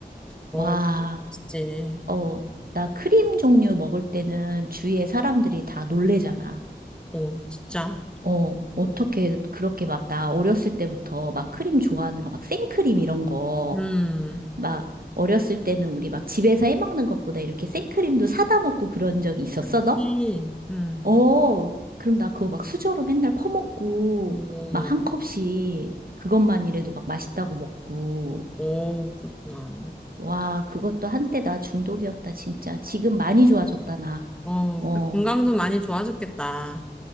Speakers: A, in the centre; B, on the right (about 55°).
A: 어,
B: 와,
A: 그치.
B: 어, 나 크림 종류 먹을 때는 주위에 사람들이 다 놀래잖아.
A: 어, 진짜.
B: 어, 어떻게 그렇게 막 나 어렸을 때부터 막 크림 좋아하는 거, 막 생크림 이런 거,
A: 음,
B: 막 어렸을 때는 우리 막 집에서 해 먹는 것보다 이렇게 생크림도 사다 먹고 그런 적이 있었어,
A: 그치.
B: 너?
A: 음.
B: 어, 그럼 나 그거 막 수저로 맨날 퍼먹고,
A: 어,
B: 막 한 컵씩 그것만이라도 막 맛있다고 먹고.
A: 오, 그렇구나.
B: 와, 그것도 한때 나 중독이었다, 진짜. 지금 많이 좋아졌다, 나.
A: 어,
B: 어.
A: 그 건강도 많이 좋아졌겠다.